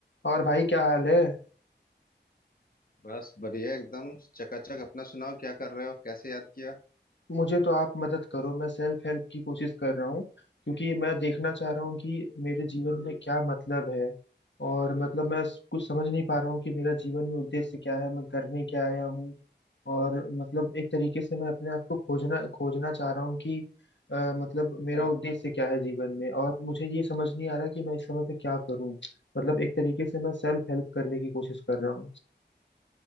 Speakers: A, on the left (about 80°); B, on the left (about 50°).
A: और भाई क्या हाल है
B: बस बढ़िया एकदम चकाचक अपना सुनाओ क्या कर रहे हो कैसे याद किया
A: मुझे तो आप मदद करो मैं सेल्फ हेल्प की कोशिश कर रहा हूँ क्योंकि मैं देखना चाह रहा हूँ कि मेरे जीवन में क्या मतलब है और मतलब मैं स- कुछ समझ नहीं पा रहा हूँ कि मेरा जीवन में उद्देश्य क्या है मैं करने क्या आया हूँ और मतलब एक तरीके से मैं अपने आप को खोजना खोजना चाह रहा हूँ कि अ, मतलब मेरा
B: अच्छा
A: उद्देश्य क्या है जीवन में और मुझे ये समझ नहीं आ रहा कि मैं इस समय पे क्या करूँ मतलब एक तरीके से मैं सेल्फ हेल्प करने की कोशिश कर रहा हूँ